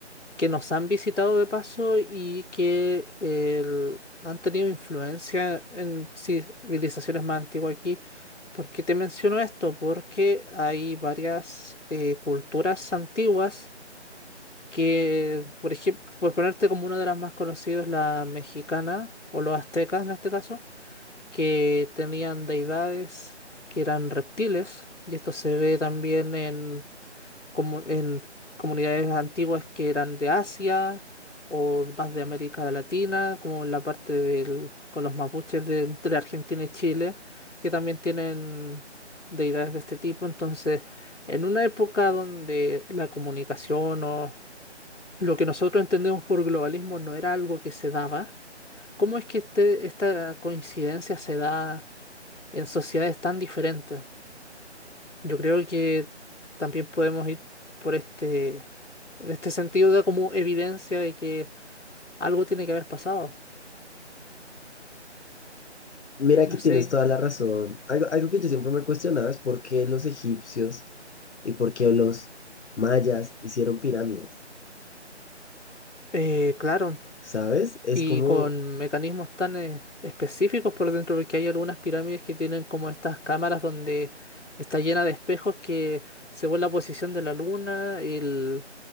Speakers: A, on the left; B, on the left.
A: que nos han visitado de paso y que el- han tenido influencia en civilizaciones más antiguas aquí. ¿Por qué te menciono esto? Porque hay varias eh, culturas antiguas que, por ejemplo, por ponerte como una de las más conocidas, la mexicana o los aztecas en este caso, que tenían deidades que eran reptiles, y esto se ve también comu- en comunidades antiguas que eran de Asia o más de América Latina, como en la parte del, con los mapuches de entre Argentina y Chile, que también tienen deidades de este tipo. Entonces, en una época donde la comunicación o lo que nosotros entendemos por globalismo no era algo que se daba, ¿cómo es que este- esta coincidencia se da en sociedades tan diferentes? Yo creo que también podemos ir por este, en este sentido da como evidencia de que algo tiene que haber pasado.
B: Mira
A: No
B: que tienes
A: sé,
B: toda la razón. Algo, algo que yo siempre me cuestionaba es por qué los egipcios y por qué los mayas hicieron pirámides,
A: eh, claro,
B: ¿sabes? Es
A: Y
B: como,
A: con mecanismos tan eh, específicos por dentro, porque hay algunas pirámides que tienen como estas cámaras donde está llena de espejos que según la posición de la luna, el-